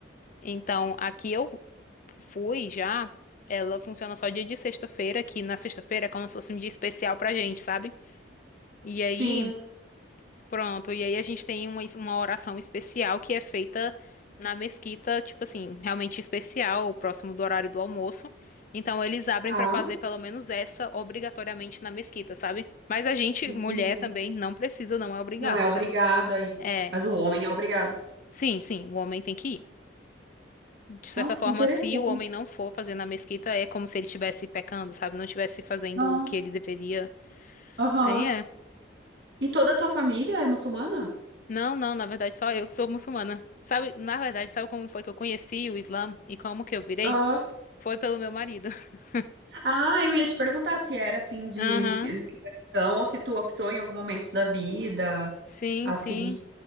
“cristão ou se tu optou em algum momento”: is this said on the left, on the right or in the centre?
Right